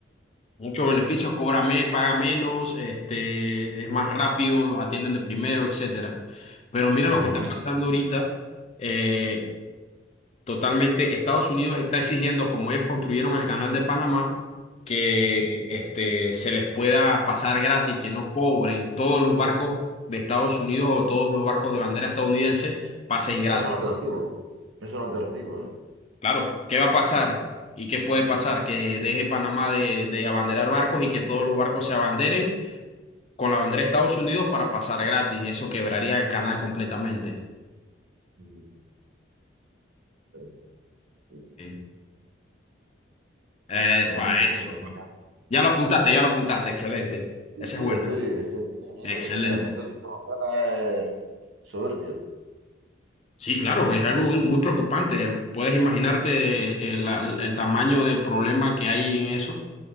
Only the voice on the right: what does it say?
Ajá.
Ujú.
Eso no te recibo. Eso no te recibo, ¿eh?
Sí, pero- sí.
Realmente
tienes
razón.
Sí,
sí,
estoy, estoy, estoy en ello.
Realmente tu información es soberbia.